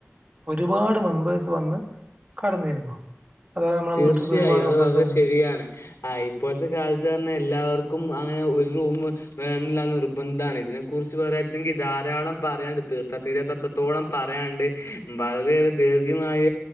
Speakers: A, on the right; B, on the left.
A: ഒരുപാട് മെമ്പേഴ്സ് വന്ന് കടന്നിരുന്നു അഥവാ നമ്മളെ
B: തീർച്ചയായും
A: വീട്ടിലേക്ക് ഒരുപാട്
B: അത്
A: മെമ്പേഴ്സ്
B: വളരെ
A: വന്നു
B: ശരിയാണ് ആ ഇപ്പോഴത്തെ കാലത്ത് തന്നെ എല്ലാവർക്കും അങ്ങനെ റൂമ് വേണന്നില്ല നിർബന്ധമാണ് ഇതിനെ കുറിച്ച് പറയാച്ചെങ്കിൽ ധാരാളം പറയാണ്ട് തീർത്താ തീരാത്ത അത്ര ത്രത്തോളം പറയാണ്ട് വളരെറെ ദീർഘ്യമായ